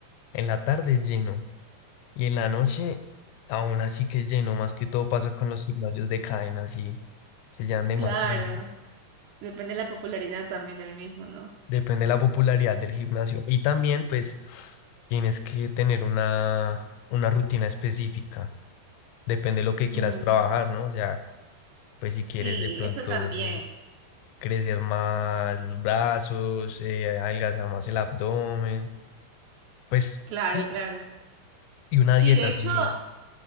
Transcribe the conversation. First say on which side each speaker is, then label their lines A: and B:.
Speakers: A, on the left (about 85°); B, on the right (about 80°).
A: En la tarde es lleno. Y en la noche aún así que es lleno. Más que todo pasa con los gimnasios de cadena, sí. Se llenan demasiado.
B: Claro, depende de la popularidad también del mismo, ¿no?
A: Depende de la popularidad del gimnasio. Y también, pues, tienes que tener una, una rutina específica. Depende de lo que quieras
B: Mm,
A: trabajar, ¿no? O sea Pues si
B: Sí,
A: quieres de pronto
B: eso también.
A: crecer más los brazos, eh, adelgazar más el abdomen, pues
B: Claro,
A: sí,
B: claro.
A: y una
B: Sí,
A: dieta
B: de hecho,
A: también.